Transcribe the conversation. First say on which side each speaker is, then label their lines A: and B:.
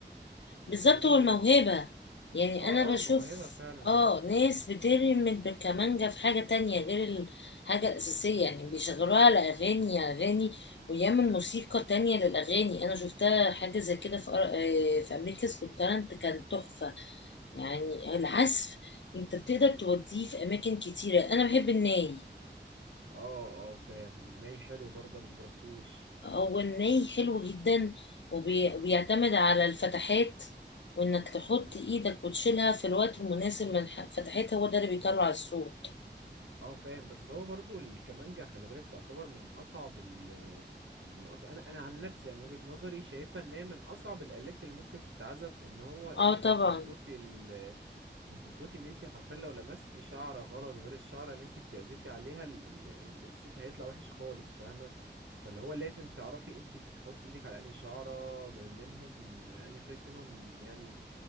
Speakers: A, on the left; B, on the right.
A: بالظبط
B: فاهماني
A: هو الموهبة
B: يعني
A: يعني
B: اه
A: انا بشوف
B: اه الموهبة فعلا
A: اه ناس بترمي بالكمانجة في حاجة تانية غير الحاجة الأساسية يعني بيشغلوها على أغاني أغاني ويعمل موسيقى تانية للأغاني أنا شفتها حاجة زي كده في أر- آه، في أمريكا's Got Talent كان تحفة يعني العزف أنت بتقدر توديه في أماكن كتيرة أنا بحب الناي
B: اه اه فاهم ناي حلو برضه انا مجربتوش
A: هو الني حلو جدا وبيعتمد على الفتحات وانك تحط ايدك وتشيلها في الوقت المناسب من ح- فتحتها هو ده اللي بيطلع الصوت
B: اه فاهم بس هو برضه الكمانجة خلي بالك تعتبر من اصعب ال من أص... انا انا عن نفسي يعني من وجهة نظري شايفها ان هي من اصعب الالات اللي ممكن تتعزف ان هو انت
A: اه طبعا
B: بتظبطي ال بتظبطي ان انت حرفيا لو لمستي شعره غلط غير الشعره اللي انت بتعزفي عليها ال... ال- يعني ال- الصوت هيطلع وحش خالص فاهمه فاللي هو لازم تعرفي انت بتحطي ايدك على انهي شعره ب- منهم انهي خيط منهم يعني